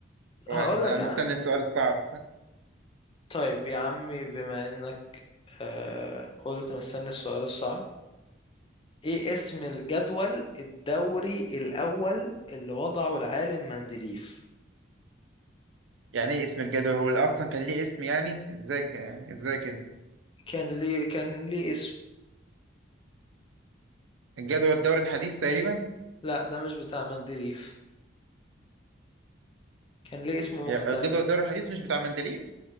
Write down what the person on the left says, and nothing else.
هقول لك
انا
طيب يا عمي بما انك آه قلت مستني السؤال الصعب ايه اسم الجدول الدوري الاول اللي وضعه العالم مندليف
كان ليه كان ليه اسم
لا ده مش بتاع مندليف كان ليه اسم مختلف